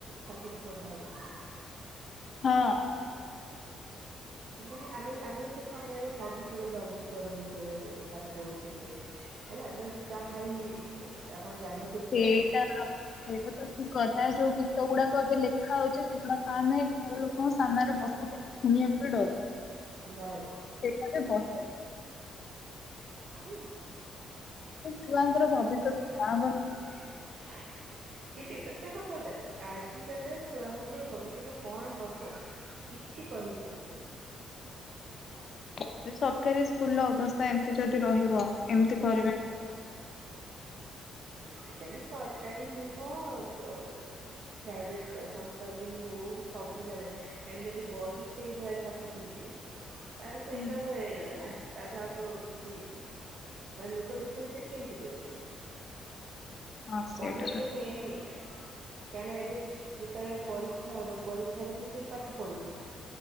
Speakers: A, on the right; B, on the left.
A: ଛାପିକି ପଢା ହୋଉଚି।
B: ହଁ।
A: ମାନେ ଆମେ ଆମେ ସେ ସମୟରେ ମଧୁସୂଦନ ବାବୁଙ୍କର ବିଷୟରେ ପାଠ ପଢୁଥୁଲେ। ହେଲା ଏବେ ଏମିତି ଚାହାଳି ଆପଣ ଜାଣିନଥିବେ।
B: ସେ
A: ହୁଁ।
B: ସେଇଟା ତ ଠିକ୍ କଥା ଯୋଉ ଗୀତ ଗୁଡାକ ଏବେ ଲେଖା ହଉଛି ସେଗୁଡାକ ଆମେ ଘର ଲୋକଙ୍କ ସାମ୍ନାରେ ବସିକିରି ଶୁଣିବାକୁ ପ୍ରଏ ଡରୁଚୁ।
A: ବାଏ।
B: ସେଇଟା ତ ବସେ।
A: <unintelligible>
B: ଛୁଆଙ୍କର ଭବିଷ୍ୟତ କଣ ହବ
A: <unintelligible> ଆଜି କାଲିଆ ଛୁଆ ମାନେ ଭବିଷ୍ୟତ କଣ ହବ? କିଛି କହିହବନି।
B: ହୁଁ ସରକାରୀ ସ୍କୁଲ ର ଅବସ୍ଥା ଏମତି ଯଦି ରହିବ ଏମିତି କରିବା
A: ଆଜି କାଲି ସରକାରୀ ନୁହଁ <unintelligible> ପ୍ରାଇଭେଟ ସଂସ୍ଥା ବି ହଉ ସବୁ ଜାଗାରେ କାହିଁକିନା ଯଦି ବହି ସେଇ ଭଳିଆ ଛାପୁଛନ୍ତି ତାହେଲେ ତ
B: ହଁ
A: ଏକା ଭଲି ହେଇଗଲା ନା ତା ଠୁ ଆଉ ତ କିଛି ମାନେ ଲୋକ ଡିଫରେନ୍ସିଟ କେମିତି କରିବେ?
B: ହଁ ସେଇଟା
A: ପଢ଼େଇବୁ ତ
B: ଠିକ
A: ସେଇଆ ହିଁ ଏକା କାହିଁକି ନା ଏବେ ଯେତେବେଳେ ପରୀକ୍ଷା ହବ ପରୀକ୍ଷାରେ ବି ସେଇ ପାଠ ପଢ଼ିବୁ